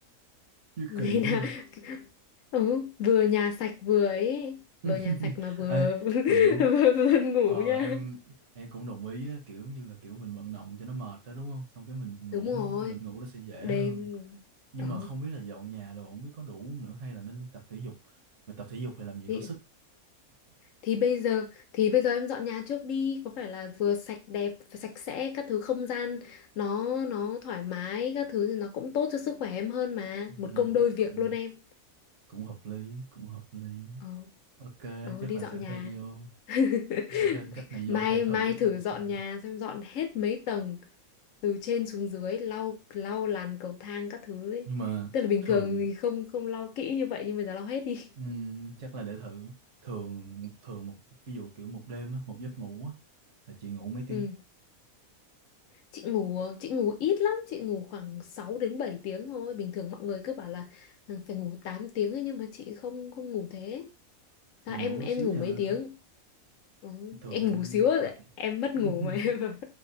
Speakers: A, on the right; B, on the left.
A: Gì
B: Ngày
A: kỳ quá
B: nào
A: vậy
B: <laughs> ừ vừa nhà sạch vừa ấy
A: <laughs>
B: vừa nhà sạch mà vừa
A: Ê,
B: <laughs>
A: kiểu
B: vừa buồn ngủ
A: ờ
B: nha
A: em em cũng đồng ý á, kiểu như là kiểu mình vận động cho nó mệt đó đúng không xong cái mình ngủ
B: đúng rồi
A: nó mình ngủ nó sẽ dễ
B: đêm
A: hơn nhưng
B: ừ.
A: mà không biết là dọn nhà đồ không biết có đủ không nữa hay là nên đi tập thể dục mà tập thể dục thì làm gì
B: thì,
A: có sức
B: thì bây giờ thì bây giờ em dọn nhà trước đi có phải là vừa sạch đẹp sạch sẽ các thứ không gian nó nó thoải mái các thứ thì nó cũng tốt cho sức khỏe em hơn mà
A: Ừ.
B: một
A: ừ,
B: công đôi việc
A: cũng
B: luôn em
A: cũng hợp lý cũng hợp lý
B: ừ
A: ok
B: ừ
A: chắc
B: đi
A: là
B: dọn
A: sẽ
B: nhà
A: thêm vô
B: <laughs>
A: sẽ thêm cách này
B: mai
A: vô thể thử
B: mai thử
A: coi sao
B: dọn nhà xem dọn hết mấy tầng từ trên xuống dưới lau lau làn cầu thang các thứ ấy.
A: nhưng mà
B: Tức là bình
A: thường
B: thường thì không không lau kỹ như vậy nhưng bây giờ lau hết đi.
A: ừm,
B: <laughs>
A: chắc là để thử thường thường một ví dụ kiểu một đêm á một giấc ngủ á là chị ngủ mấy tiếng
B: Ừ. Chị ngủ chị ngủ ít lắm, chị ngủ khoảng 6 đến 7 tiếng thôi. Bình thường mọi người cứ bảo là "Ừ, phải ngủ 8 tiếng ấy, nhưng mà chị không không ngủ thế. Sao
A: chị ngủ
B: em em
A: có xíu
B: ngủ
A: nha
B: mấy tiếng? Ừ.
A: thường
B: Em
A: em
B: ngủ xíu á,
A: thường
B: em mất
A: <laughs>
B: ngủ mà em.